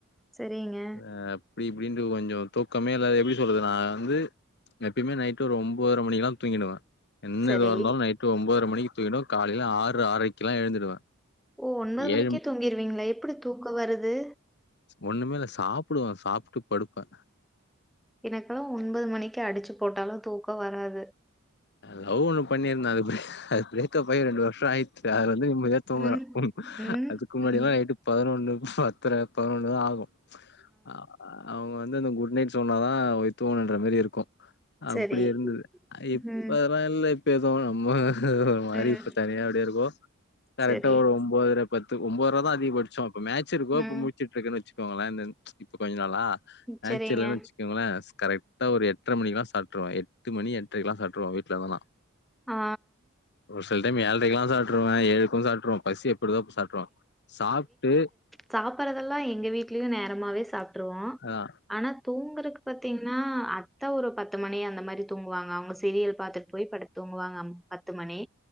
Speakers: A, in the centre; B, on the left.
A: செரிங்க
B: அ அப்டி இப்டின்ட்டு கொஞ்சொ தூக்கமே இல்ல அது எப்டி சொல்றது நா வந்து எப்பயுமே நைட்டு ஒரு ஒம்போதர மணிக்குல்லா தூங்கிடுவே என்ன
A: சரி.
B: இதுவா இருந்தாலு நைட்டு ஒம்போதர மணிக்கு தூங்கிடுவே காலைல ஆறு ஆறரைக்குல்லா எழுந்துடுவே
A: ஓ ஒன்பது மணிக்கே
B: ஏழு
A: தூங்கிருவீங்களா எப்டி தூக்கொ வருது
B: ஒன்னுமே இல்ல சாப்புடுவே சாப்ட்டு படுப்பே
A: எனக்கெல்லா ஒன்பொது மணிக்கு அடிச்சு போட்டாலு தூக்கொ வராது
B: லவ் ஒன்னு பண்ணியிருந்த அது அது பிரேக்கப்பாய் ரெண்டு வருஷோ ஆயிடுச்சு அதுலந்து நிமதியா தூங்குற
A: ம். ம்.
B: அதுக்கு முன்னாடில்லா
A: ம்.
B: நைட்டு பதினொன்னு பத்தர பதினொன்னுதா ஆகு ஆ அவங்க வந்து அந்த குட் நைட் சொன்னாதா வோய் தூங்கணுன்ற மாரி இருக்கு
A: சரி.
B: அப்டி இருந்தது
A: ம்.
B: இப்பெல்லா இல்ல இப்ப எதோ நம்ம ஒரு மாரி
A: ம்.
B: இப்ப தனியா அப்டியே இருக்கோ கரெக்டா
A: செரி
B: ஒரு ஒம்போதுர பத்து ஒம்போதரதா அதிக பச்சோ அப்ப மேட்ச் இருக்கோ அப்ப
A: ம்
B: முழு ச்சுட்ருக்கன்னு வச்சுக்கோங்கள இந்த இப்ப கொஞ்ச நாளா மேட்ச்
A: செரிங்க
B: இல்லன்னு வச்சுக்கோங்களே கரெக்டா ஒரு எ எட்ர மணிக்குல்லா சாப்ட்டுருவே எட்டு மணி எட்டரைக்கெல்லா சாப்ட்டுருவே வீட்ல இருந்தனா
A: ஆ
B: செல டைம் ஏழ்ரைக்குல்லா சாப்ட்டுருவே ஏழுக்கு சாப்ட்டுருவே பசி எப்ப எடுக்குதோ அப்ப சாப்ட்ருவே சாப்ட்டு
A: சாப்படறதெல்லா எங்க வீட்லயு நேரமாவே சாப்
B: அதா
A: ஆனா தூங்குறக்கு பாத்தீங்ன்னா அ த்த ஒரு பத்து மணி அந்த மாரி தூங்குவாங்க அவுங்க சீரியல் பாத்துட் போய் படுத் தூங்குவாங்க அம் பத்து மணி